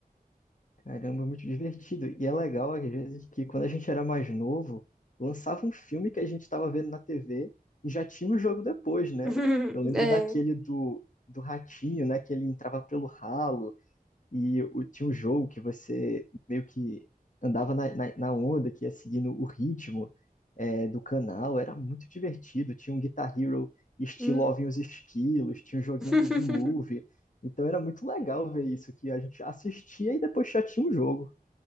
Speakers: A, on the left (about 55°); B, in the centre.
A: Caramba, muito divertido. E é legal, às vezes, que quando a gente era mais novo, lançava um filme que a gente estava vendo na TV e já tinha o jogo depois, né?
B: <laughs>
A: Eu lembro
B: É.
A: daquele do, do ratinho, né? Que ele entrava pelo ralo. E o- tinha um jogo que você meio que andava na, na, na onda, que ia seguindo o ritmo é, do canal. Era muito divertido. Tinha um Guitar Hero estilo
B: Hum.
A: Ovem os Esquilos, tinha um joguinho
B: <laughs>
A: do B-Movie. Então era muito legal ver isso, que a gente assistia e depois já tinha um jogo.